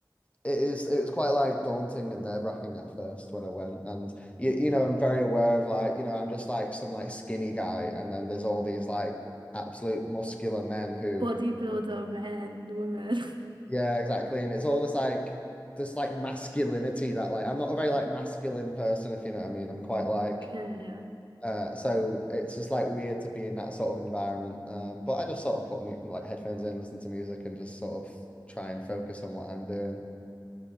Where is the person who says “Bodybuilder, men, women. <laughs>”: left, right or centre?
Right